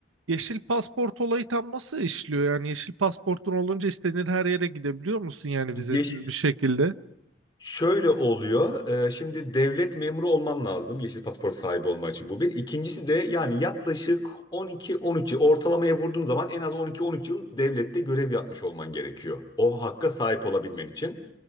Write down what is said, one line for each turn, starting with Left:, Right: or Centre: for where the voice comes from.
Right: yeşil pasaport olayı tam nasıl işliyor? Yani yeşil pasaportun olunca istediğin her yere gidebiliyor musun yani vizesiz
Left: Yeşil
Right: bir şekilde?
Left: Şöyle oluyor. e, şimdi devlet memuru olman lazım. Yeşil pasaport sahibi olman için bu bir. İkincisi de yani yaklaşık 12-13 yıl ortalamaya vurduğum zaman en az 12-13 yıl devlette görev yapmış olman gerekiyor. O hakka sahip olabilmen için.